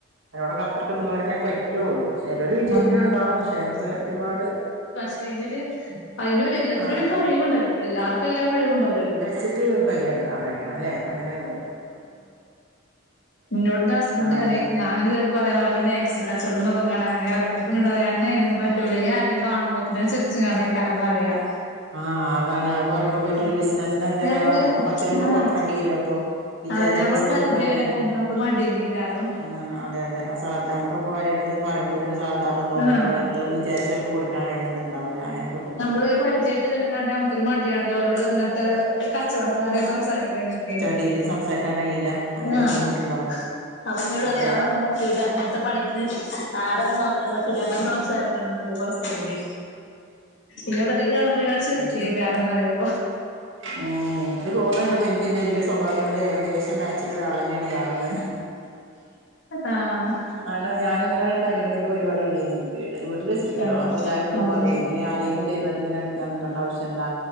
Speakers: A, on the right (about 70°); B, on the left (about 65°).
A: അയ്നോട് അത്രക്ക് ഇത്ള്ളോരെന്നെ പ റ്റുള്ളൂ. ചെലര് വിജയിക്ക്ണ്
B: ആഹ്
A: ണ്ടാവും പശേ അയിനൊക്കെ ഒരുപാട്
B: മറ്റെയ്നൊര് അയ്‌നൊര് എല്ലത്തിനൊരു
A: ആഹ്
B: കയ്‌വ്ണ്ടല്ലോ എല്ലാർക്കും എല്ലാ കഴിവും ഇണ്ടാവുല്ലല്ലോ.
A: ചിറ്റ് കയ്യിലെടുക്കാൻ കയ്യണം ലെ അങ്ങനെ തോന്നി
B: ഇന്നോട് ന്റെ ഹസ്ബന്റ്
A: കഴിയണം
B: അറിം ഞാ ചെൽപ്പൊ അറിം അവര്ടെ മേ ക്സിക്കച്ചോടം തൊടങ്ങാണങ്ങെനെ പറിം അപ്പഞ്ഞോട് പറയും അന്നെ അയ്നൊന്നും പറ്റൂല്ല. ഇയ്യ് ആരേലും കാണുമ്പോത്തിന് ചിർച്ച്ങ്ങാണ്ട് ക്കരം പറിയാ
A: ആഹ് അതാണ് അത് പറയുമ്പോ പറ്റൂല്ല ബിസ്സ്നസ്ന് അയ്ന്റേതായ
B: ഞമ്മള്
A: വാണ്ടെ. അപ്പൊ പത്ത് രൂപ
B: ആഹ്
A: കൊറക്കണ്ടി വരും അപ്പൊ വിചാര്ച്ച
B: അതെ ഞമ്മളെ
A: പൈസ
B: പരിചയള്ളോരെ
A: കൊട്ക്കാൻ കഴിയില്ല.
B: കണ്ടാ നമുക്ക് മടിയല്ലേക്കാരം
A: ആഹ് അതെ അതെ ആ സാധ നമ്മ ള്പ്പൊ ആരെലും എന്തേലും പറയുമ്പോത്തിന് സാഹതാപം തോന്ന
B: ആഹ്
A: അപ്പോ ഇള്ള വിചര്ച്ച ഓൽക്ക് കൊട്ക്കാൻ കയ്യണം ന്നുണ്ടാവുല്ല അങ്ങനെക്കൊ
B: നമ്മള് പൊ പരിചയത്തിലെല്ലാം കണ്ടാ നമ്ക്കെരു മടിയാണല്ലോ ഓലോട് ഇങ്ങൻത്തെ കച്ചോടക്കാര്യം സംസാരിക്കാനായിട്ടേ
A: രീതില് സംസാരിക്കാ കഴിയില്ല. അങ്ങനെ
B: ആഹ്
A: ബുദ്ധിമുട്ടുണ്ടാവും
B: അപ്പം ഇന്നോട്
A: പക്ഷെ
B: പറയാ അതൊന്നുല്ലാ പറ്റൂല ഇങ്ങൻത്തെ പണിക്ക് <unintelligible> പറ്റൂല അങ്ങനെ സംസാരി ക്കണന്നറിം അപ്പ ഹസ്ബന്റ് ഇന്നോടറിം
A: അങ്ങനെ
B: ഇയ്യ് അവടെ പോയിങ്ങാണ്ട്
A: പറയും
B: ചിരിക്കേക്കാരം
A: അത് ശരി
B: ന്ന് പറയപ്പോ
A: ഉം ഇൻക്ക് തോന്ന്ണ്ട് പ്പോ ഇൻക്ക് ഇന്റെ സ്വഭാവത്തിനോട് ഏകദേശം മേ ച്ച്ള്ളൊരു ആളെന്നേണ് ഇയാളെന്ന്.
B: ആഹ്
A: അല ഞാനിങ്ങനെരു ടൈലറിങ്ങിന്റെ പരിപാടി ഇണ്ടായ്ന്നു ഇൻ ക്ക് വീട്ട്ല് വെച്ചിട്ട്
B: ആഹ്
A: ട്ടോ. അപ്പൊ എല്ലാരും ന്നോട്
B: ആഹ്
A: പറയും എങ്ങനെയാ ആരേലും തരുന്നത്ങ്ങനെ അടിക്കാൻ നിക്കണ്ട ആവശ്യന്താ?